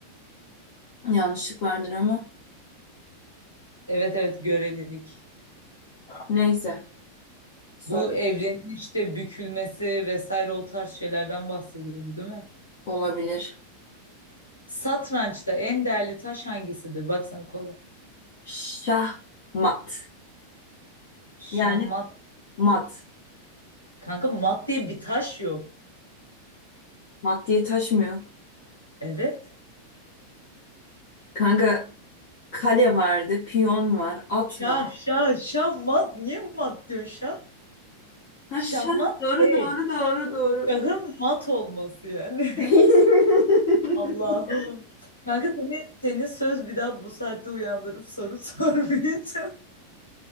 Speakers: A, on the left (about 45°); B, on the left (about 85°).
A: yanlışlık vardır ama.
B: Evet evet görelilik.
A: Neyse. Soru
B: Bu evrenin işte bükülmesi vesaire o tarz şeylerden bahsediyordu değil mi?
A: olabilir.
B: Satrançta en değerli taş hangisidir? Baksana kolay.
A: Şahmat.
B: Şah
A: Yani
B: mat.
A: mat.
B: Kanka mat diye bir taş yok.
A: Mat diye taş mı yok?
B: Evet.
A: Kanka kale vardı. Piyon var. At
B: Şah
A: var.
B: şah şah mat. Niye mat diyorsun şah?
A: Ha
B: Şahmat
A: şah. Doğru
B: şey.
A: doğru doğru doğru.
B: Şahın mat olması yani. <laughs>
A: <laughs>
B: Allah'ım. Kanka seni, senin söz bir daha bu saatte uyandırıp soru <laughs> sormayacağım.